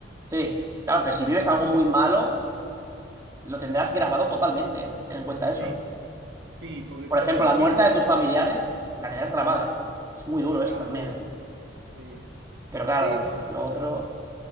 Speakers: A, on the right; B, on the right.
A: Sí, claro, pero si vives
B: Me
A: algo
B: pasa.
A: muy malo, lo tendrás grabado totalmente, ¿eh? Ten en cuenta eso.
B: Sí, sí, porque,
A: Por
B: pero
A: ejemplo,
B: siento
A: la muerte
B: que es más.
A: de tus familiares, la tendrás grabada.
B: Uf,
A: Es muy duro
B: cada
A: eso también,
B: duro.
A: ¿eh?
B: Sí.
A: Pero claro,
B: Pero
A: uf, lo otro,